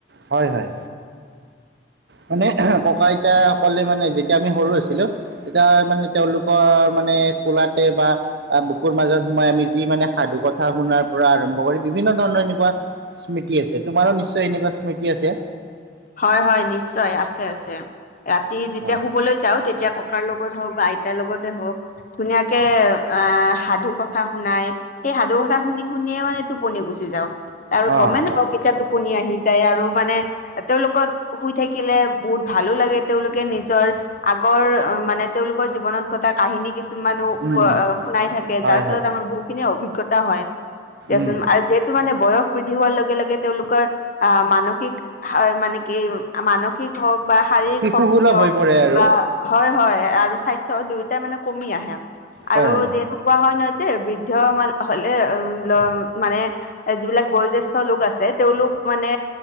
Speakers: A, on the right; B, on the left.
A: হয় হয়। মানে ককা আইতাসকলে মানে যেতিয়া আমি সৰু আছিলো তেতিয়া মানে তেওঁলোকৰ মানে কোলাতে বা আহ বুকুৰ মাজত সোমাই আমি যি মানে সাধু কথা শুনাৰ পৰা আৰম্ভ কৰি বিভিন্ন ধৰণৰ এনেকুৱা স্মৃতি আছে। তোমাৰো নিশ্চয় এনেকুৱা স্মৃতি আছে?
B: হয় হয় নিশ্চয় আছে আছে, ৰাতি যেতিয়া
A: অঁ
B: শুবলৈ যাও তেতিয়া ক কাৰ লগত হওঁক বা আইতাৰ লগতে হওঁক আহ ধুনীয়াকে সাধু কথা শুনাই সেই সাধু কথা শুনি শুনিয়ে মানে টোপনি গুচি যাওঁ আৰু
A: অঁ
B: গমে
A: হয়
B: নাপাও কেতিয়া টো পনি আহি যায় আৰু মানে তেওঁলোকত শুই থাকিলে বহুত ভালো লাগে তেওঁলোকে নিজৰ আগৰ মানে তেওঁলোকৰ জীৱনত ঘটা কাহিনী কিছু মানো
A: উম উম
B: শুনাই থাকে
A: হয়
B: যাৰ ফলত
A: হয়
B: আমাৰ বহুখিনি অভিজ্ঞতা হয় দিয়াচোন
A: উম
B: আৰু যি টো মানে বয়স বৃদ্ধি হোৱাৰ লগে লগে তেওঁলোকৰ অ মানসিক মানে কি মানসিক হওঁক বা শাৰীৰিক
A: শিশু
B: শক্তি
A: সুলভ
B: হওঁক
A: হৈ পৰে আৰু
B: বা হয় হয় আৰু স্বাস্থ্য দুয়োটাই মানে কমি আহে আৰু
A: হয় হয়
B: যিহেতু কোৱা হয় নহয় যে বৃদ্ধ মান হ'লে অ ল উ মানে এ যিবিলাক বয়োজ্যেষ্ঠ লোক আছে তেওঁলোক মানে